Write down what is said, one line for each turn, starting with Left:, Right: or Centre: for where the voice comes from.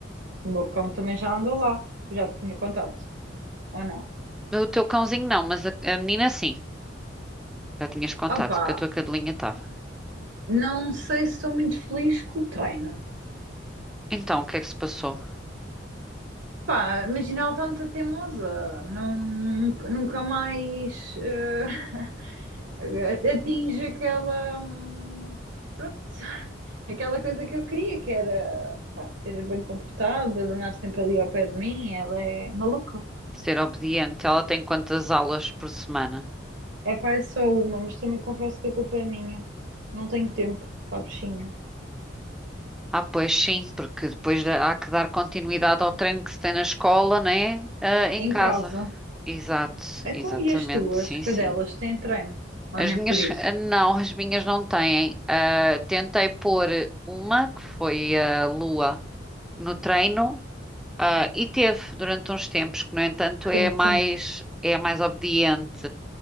Right: O meu cão também já andou lá. Já te tinha contado, ou não?
Centre: O teu cãozinho não, mas a, a menina sim. Já tinhas contado
Right: Opa,
Centre: que a tua cadelinha estava.
Right: não sei se estou muito feliz com o treino.
Centre: Então, o que é que se passou?
Right: Pá, imagina ela está muito teimosa. Não, nunca nunca mais. eh, <laughs> até atinge aquela, hum, pronto, <laughs> aquela coisa que eu queria, que era, pá, ser bem comportada, de andar sempre ali ao pé de mim, ela é maluca.
Centre: Ser obediente. Ela tem quantas aulas por semana?
Right: É pá, é só uma, mas também confesso que a culpa é minha. Não tenho tempo para a bichinha.
Centre: Ah, pois sim, porque depois dá- há que dar continuidade ao treino que se tem na escola, né? Ah, em
Right: Em
Centre: casa.
Right: casa.
Centre: Exato,
Right: Então,
Centre: exatamente.
Right: e as tuas
Centre: Sim,
Right: cadelas
Centre: sim.
Right: têm treino? Ou
Centre: As
Right: nem
Centre: minhas,
Right: por isso?
Centre: ah, não, as minhas não têm. Ah, tentei pôr uma, que foi a Lua, no treino. Ah, e teve durante uns tempos que, no entanto, é
Right: Sim,
Centre: a mais,
Right: sim.
Centre: é a mais obediente